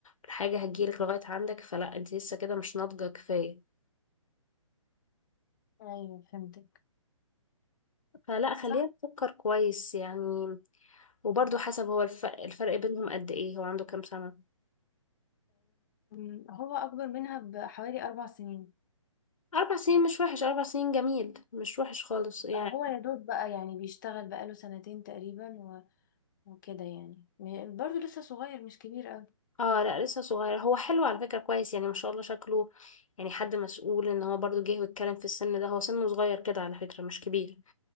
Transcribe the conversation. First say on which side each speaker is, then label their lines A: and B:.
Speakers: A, on the left; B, on the left.
A: الحاجة هتجيلك لغاية عندك فلا انتي لسه كده مش ناضجة كفاية
B: ايوه فهمتك
A: فلا خلينا
B: صح
A: نفكر كويس يعني وبرضه حسب هو الف- الفرق بينهم قد ايه هو عنده كام سنة
B: أم، هو أكبر منها بحوالي أربع سنين
A: أربع سنين مش وحش أربع سنين جميل مش وحش خالص يعني
B: أه، هو يا دوب بقى يعني بيشتغل بقاله سنتين تقريبا وكده يعني م- برضه لسه صغير مش كبير قوي
A: اه لا لسه صغير هو حلو على فكرة كويس يعني ما شاء الله شكله يعني حد مسؤول ان هو برضه جه واتكلم في السن ده هو سنه صغير كده على فكرة مش كبير